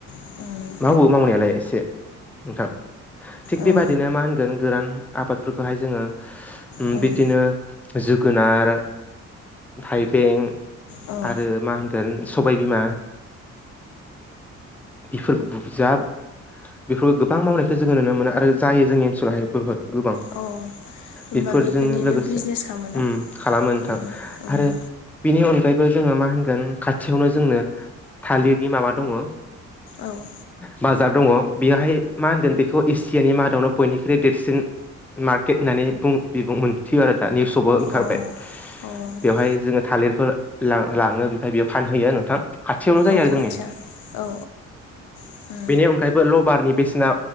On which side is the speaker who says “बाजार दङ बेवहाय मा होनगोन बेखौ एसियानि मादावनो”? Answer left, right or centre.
Centre